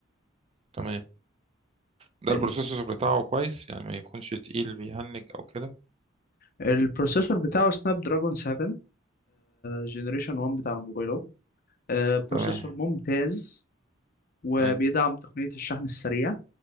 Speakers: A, on the right; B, on the left.
A: تمام ده
B: بين
A: البروسيسور بتاعه كويس يعني ما يكونش تقيل بيهنج او كده
B: البروسيسور بتاعه سناب دراجون 7 جنريشن 1 بتاع الموبايلات آه، بروسيسور
A: تمام
B: ممتاز وبيدعم
A: ايوه
B: تقنية الشحن السريع